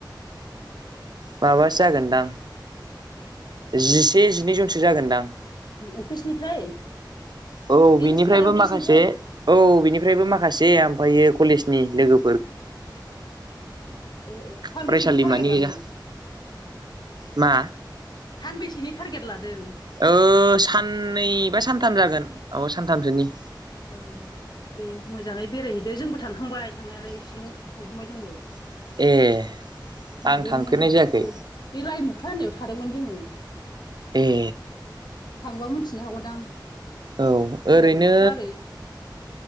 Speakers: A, on the right (about 60°); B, on the left (about 60°).
A: माबासो जागोनदां जिसे जिनै जनसो जागोनदां।
B: अफिसनिफ्राय?
A: औ
B: बे
A: बेनिफ्रायबो
B: नोंसोर थानाय अफिसनिफ्राय
A: माखासे औ बेनिफ्रायबो माखासे ओमफायो कलेजनि लोगो
B: ओ ओ ओ ओ ओ सानबैसोनि
A: फरायसालिमानि
B: टारगेट लादों?
A: गोजा मा
B: सानबैसेनि टारगेट लादों?
A: ओ साननैबा सानथाम जागोन औ सानथामसोनि।
B: ओ दे मोजाङै बेरायहैदो जोंबो थांखांबाय थांनायालाय सिलं थांखांबाय जोंबो।
A: ए।
B: माबायावनो
A: आं थांफेरनाय जायाखै
B: ओ बे लाइमुख्रा होननायाव थादोंमोन जोङो।
A: ए
B: थांबा मोनथिनो हागौदां।
A: औ ओरैनो
B: लाइमुख्रा ओरै